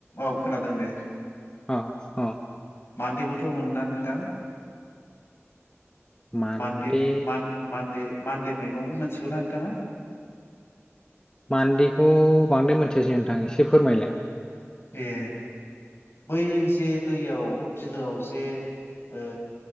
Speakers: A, on the left; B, on the left.
A: औ खोनादों दे ।
B: अ अ
A: मान्देबोथ' मोनोना नोंथां?
B: मान्दे
A: मानदे मान-मानदे मानदे मैगं मोनथिगौना नोंथाङा?
B: मान्देखौ बांद्राय मोनथियासै नोंथां एसे फोरमायलाय ।
A: ए बै जे दैयाव बिलोआव जे ओ